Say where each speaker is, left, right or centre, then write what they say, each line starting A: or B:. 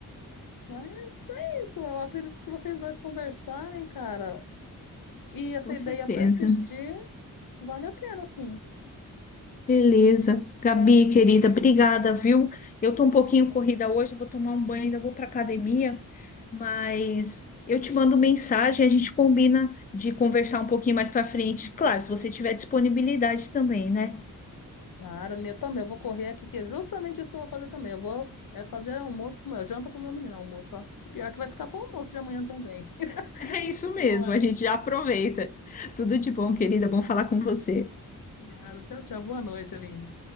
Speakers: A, on the left (about 65°); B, on the left (about 25°).
A: Mas é isso, eu acredito que se vocês dois conversarem, cara, e essa
B: Com
A: ideia
B: certeza.
A: persistir, vale a pena, sim.
B: Beleza. Gabi, querida, obrigada, viu? Eu tô um pouquinho corrida hoje, eu vou tomar um banho, ainda vou para academia, mas eu te mando mensagem, a gente combina de conversar um pouquinho mais para frente. Claro, se você tiver disponibilidade também, né?
A: Claro, eu também. Eu vou correr aqui, que é justamente isso que eu vou fazer também. Eu vou é, fazer almoço pro meu, janta pro meu menino, almoço. ó. E pior que vai ficar pro almoço de amanhã também. <laughs>
B: É isso
A: Boa,
B: mesmo,
A: Aline.
B: a gente já aproveita. Tudo de bom, querida, bom falar com você.
A: Obrigada. Tchau, tchau. Boa noite, Aline.